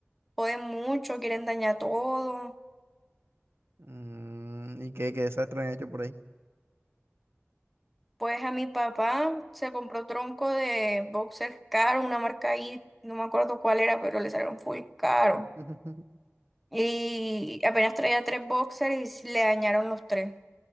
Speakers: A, in the centre; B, on the right (about 65°).
A: joden mucho, quieren dañar todo.
B: Mm, ¿y qué, qué desastre han hecho por ahí?
A: Pues a mi papá se compró tronco de boxers caro, una marca ahí, no me acuerdo cuál era, pero le salieron full caro.
B: <laughs>
A: Y apenas traía tres boxers y le dañaron los tres.